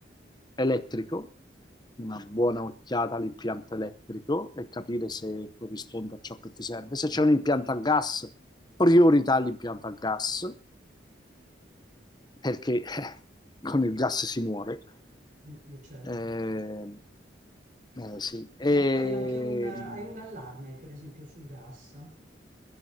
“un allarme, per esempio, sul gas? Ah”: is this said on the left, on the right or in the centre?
Right